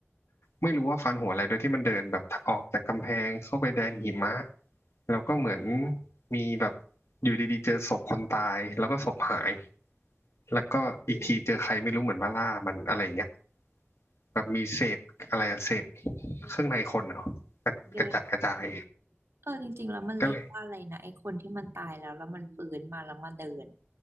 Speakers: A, on the left; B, on the right.
A: ไม่รู้ว่าฟันหัวอะไรโดยที่มันเดินแบบออกจากกำแพงเข้าไปแดนหิมะแล้วก็เหมือนมีแบบอยู่ดีๆเจอศพคนตายแล้วก็ศพหายแล้วก็อีกทีเจอใครไม่รู้เหมือนมาล่ามันอะไรอย่างเงี้ยแบบมีเศษอะไรอะเศษเครื่องในคนเหรอกระกระจัดกระจาย
B: เออเออจริงๆแล้วมันเรียกว่าอะไรนะไอ้คนที่มันตายแล้วแล้วมันฟื้นมาแล้วมาเดิน
A: ก็เลย